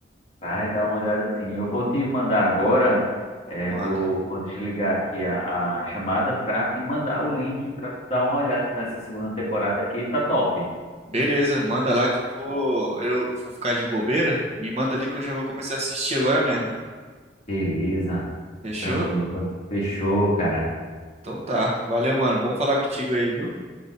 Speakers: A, on the left (about 35°); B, on the right (about 35°).
A: Vai dar uma olhada assim. Eu vou te mandar agora, é,
B: Manda.
A: vou, vou desligar aqui a, a chamada para te mandar o link para tu dar uma olhada nessa segunda temporada que tá top.
B: Beleza, manda lá que eu vou, eu vou ficar de bobeira, me manda ali que eu já vou começar a assistir agora mesmo.
A: Beleza,
B: Fechou?
A: tranquilo. Fechou, cara.
B: Então tá. Valeu, mano. Bom falar contigo aí, viu?